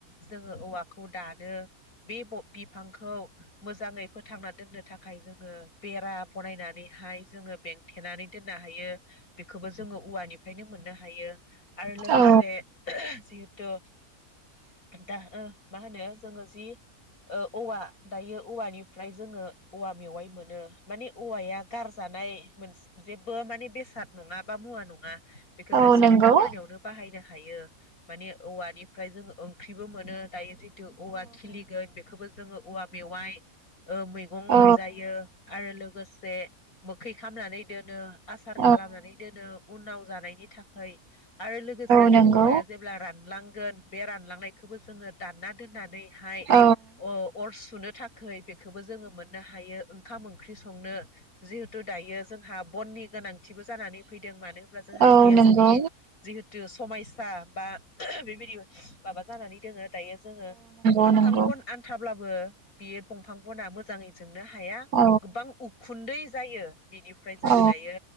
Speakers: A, on the left; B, on the right.
A: जोङो औवाखौ दानो बे ब बिफांखौ मोजाङै फोथांना दोननो थाखाय जोङो बेरा बनायनानैहाय जोङो बेंथेनानै दोननो हायो बिखोबो जोङो औवानिफ्रायनो मोननो हायो आरो लोगोसे
B: औ
A: ओहोह जिहित तु दा ओ मा होनो जोङो जि ओ औवा दायो औवानिफ्राय जोङो औवा मेवाइ मोनो माने औवाया गारजानाय मोनस जेबो माने बेसाद नङा बा मुवा नङा बेखो
B: औ
A: गासै
B: नंगौ
A: खामानियावनो
B: औ
A: बाहायनो हायो माने औवानिफ्राय जोंङो ओंख्रिबो मोनो दायो जि तु औवा खिलिगोन बे खोबो जोङो औवा मेवाइ ओ मैगं
B: औ
A: मोनजायो आरो लोगोसे मोखै खामनानै दोनो आसार
B: औ
A: खालामनानै दोनो उनाव जानायनि थाखै आरो लोगोसे
B: नंगौ
A: बे औवाया जेब्ला रान लांगोन बे रानलांनायखोबो जोङो दानना दोननानै हाय
B: औ
A: अ अर सुनो थाखै बेखोबो जोङो मोननो हायो ओंखाम ओंख्रि संनो जिहेथु दायो जोंहा बननि गोनांथिबो जानानै फैदों मानो होम बा जोंहा
B: औ नंगौ औ
A: गेसनि
B: नंगौ
A: जिहेतु समायस सा बा बेबायदि माबा जानानै दोङो दायो जोङो दंफां
B: नंगौ
A: गन आनथाब्लाबो बेयो बंफां गना मोजाङै जों नो हाया
B: औ
A: गोबां उखुन्दै जायो बिनिफ्राय जोङो
B: औ
A: दायो